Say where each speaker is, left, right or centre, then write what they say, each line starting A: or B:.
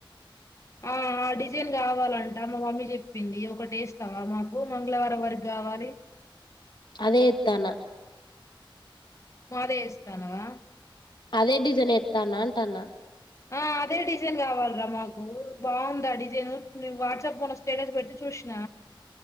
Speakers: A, on the left; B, on the left.
A: ఆ ఆ డిజైన్ కావాలంట మా మమ్మీ చెప్పింది ఒకటి వేస్థవ మాకు మంగళవారం వరకు కావాలి
B: అదే తాన
A: మాదయ స్థానవా
B: అదే డిజైన్ ఎత్తానంటన్న
A: ఆ! అదే డిజైన్ కావాలరా మాకు బాగుంద ఆ డిజైన్ ను వాట్సాప్ పోన్న స్టేటస్ పెడితే చూసిన